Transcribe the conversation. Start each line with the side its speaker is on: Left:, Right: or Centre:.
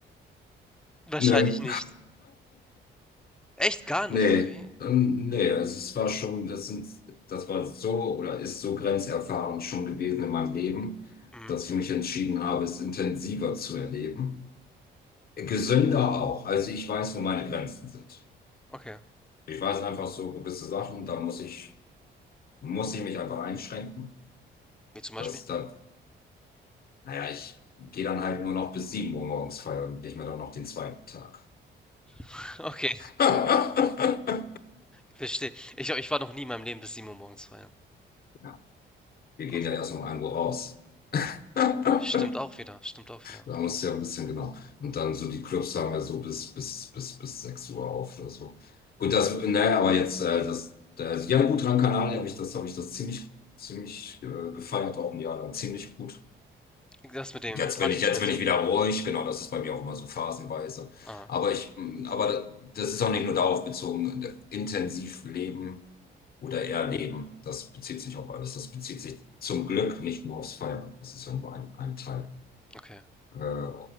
Centre: wahrscheinlich
Left: Nö.
Centre: nicht. Echt gar
Left: Nee.
Centre: nicht, oder wie?
Left: Ähm, Nee, also es war schon, das sind, das war so oder ist so grenzerfahrend schon gewesen in meinem Leben,
Centre: Mhm.
Left: dass ich mich entschieden habe, es intensiver zu erleben. Gesünder auch. Also ich weiß, wo meine Grenzen sind.
Centre: Okay.
Left: Ich weiß einfach so gewisse Sachen, da muss ich, muss ich mich einfach einschränken.
Centre: Wie zum Beispiel?
Left: Das, da Naja, ich gehe dann halt nur noch bis 7 Uhr morgens feiern und nicht mehr dann noch den zweiten Tag.
Centre: <laughs> Okay,
Left: <laughs>
Centre: verstehe. Ich ich war noch nie in meinem Leben bis sieben Uhr morgens feiern.
Left: Ja, wir gehen
Centre: Ah,
Left: ja erst um ein Uhr raus. <laughs>
Centre: Stimmt auch wieder, stimmt auch wieder.
Left: Da musst du ja ein bisschen genau. Und dann so die Clubs haben ja so bis, bis, bis, bis 6 Uhr auf oder so. Gut, das, naja, aber jetzt, äh, das, also, ja, gut, Gran Canaria habe ich das, habe ich das ziemlich, ziemlich äh, gefeiert, auch ein Jahr lang, ziemlich gut.
Centre: Das mit den
Left: Jetzt
Centre: Partys,
Left: bin ich, jetzt
Centre: meinst
Left: bin
Centre: du?
Left: ich wieder ruhig, genau, das ist bei mir auch immer so phasenweise.
Centre: Ah,
Left: Aber ich, mm, aber das ist auch nicht nur darauf bezogen, intensiv leben oder eher leben. Das bezieht sich auf alles. Das bezieht sich zum Glück nicht nur aufs Feiern. Das ist ja nur ein, ein Teil.
Centre: okay.
Left: Äh,